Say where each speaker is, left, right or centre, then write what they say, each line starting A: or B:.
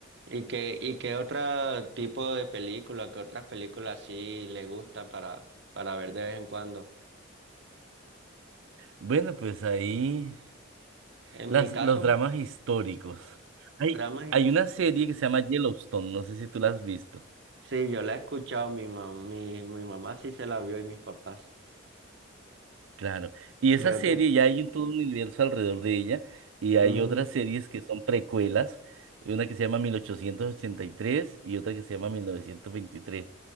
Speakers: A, on the right; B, on the right.
A: ¿Y qué, y qué otro tipo de película, qué otras películas sí le gustan para, para ver de vez en cuando?
B: Bueno, pues ahí
A: En
B: las,
A: mi caso,
B: los dramas históricos. Hay,
A: dramas,
B: hay una serie que se llama Yellowstone, no sé si tú la has visto.
A: sí, yo la he escuchado, mi mamá, mi, mi mamá sí se la vio y mis papás.
B: Claro. Y esa
A: Creo
B: serie
A: que,
B: ya hay un todo un universo alrededor de ella y hay
A: ujú,
B: otras series que son precuelas, una que se llama 1883 y tres y otra que se llama 1923.